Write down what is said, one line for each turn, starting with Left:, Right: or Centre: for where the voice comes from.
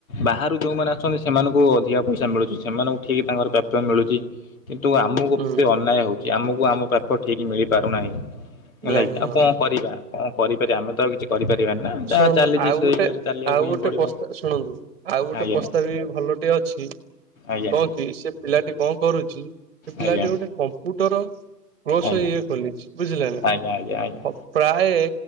Left: ବାହାରୁ ଯୋଉମାନେ ଆସୁଛନ୍ତି ସେମାନଙ୍କୁ ଅଧିକା ପଇସା ମିଳୁଛି ସେମାନଙ୍କୁ ଠିକ୍ ତାଙ୍କର ପ୍ରାପ୍ୟ ମିଳୁଚି। କିନ୍ତୁ ଆମୁକୁ
Right: ହୁଁ
Left: ତି ଅନ୍ୟାୟ ହଉଚି ଆମକୁ ଆମ ପ୍ରାପ୍ୟ ଠିକ୍ ମିଳିପାରୁନାହିଁ। ହେଲା
Right: ନାହିଁ
Left: କିି ଆଉ
Right: ହଁ
Left: କଣ କରିବା କଣ କରିପାରିଆ ଆମେ ତ ଆଉ କିଛି କରିପାରିବାନି ନା ଯାହା
Right: ଶୁଣନ୍ତୁ
Left: ଚାଲିଛି
Right: ଆଉ
Left: ସେଇ
Right: ଗୋଟେ
Left: ଇଏରେ ଚାଲିବାକୁ
Right: ଆଉ
Left: ହିଁ
Right: ଗୋଟେ
Left: ପଡିବ।
Right: ପସ୍ତା ଶୁଣନ୍ତୁ ଆଉ ଗୋଟେ
Left: ଆଜ୍ଞା
Right: ପ୍ରସ୍ତାବ ବି ଭଲ ଟେ ଅଛି
Left: ଆଜ୍ଞା।
Right: ବି ସେ ପିଲାଟି କଣ କରୁଚି ସେ ପିଲାଟି
Left: ଆଜ୍ଞା
Right: ଗୋଟେ କମ୍ପ୍ୟୁଟର କ୍ଲୋସ
Left: ଆଜ୍ଞା
Right: ଇଏ ଖୋଲିଛି। ବୁଝିଲେ ନା
Left: ଆଜ୍ଞା ଆଜ୍ଞା ଆଜ୍ଞା।
Right: ପ୍ରାୟେ